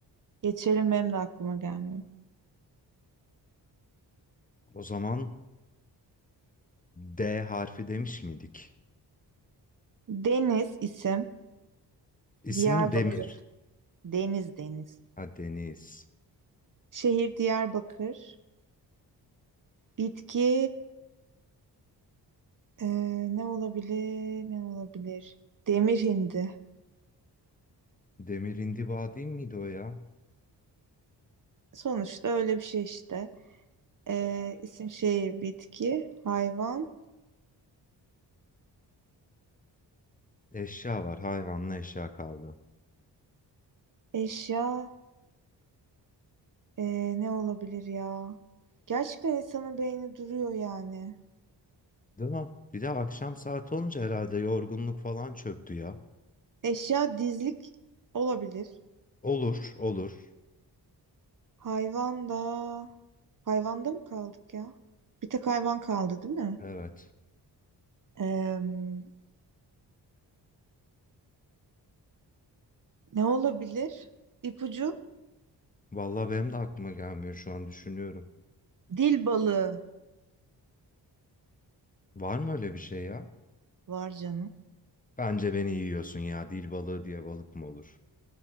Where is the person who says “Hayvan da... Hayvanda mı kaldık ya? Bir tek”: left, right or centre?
Right